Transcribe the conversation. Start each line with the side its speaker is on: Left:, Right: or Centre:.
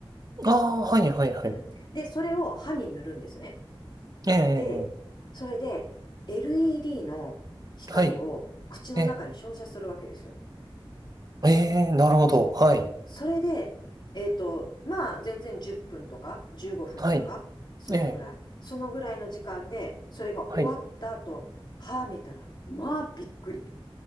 Right: ああ、はい、はい、はい。
Left: うん。で、それを歯に塗るんですね。
Right: ええ、え
Left: で、それで LED の光を口の中に照射するわけですよ。
Right: え、はい、ええ、ええ、なるほど、
Left: そう。
Right: はい、
Left: それで、えっと、まあ、全然10分とか15分とか、
Right: はい、
Left: そのぐらい。
Right: ええ、
Left: そのぐらいの時間で、それが終わった後、
Right: はい、
Left: 歯見たら、まあ、びっくり。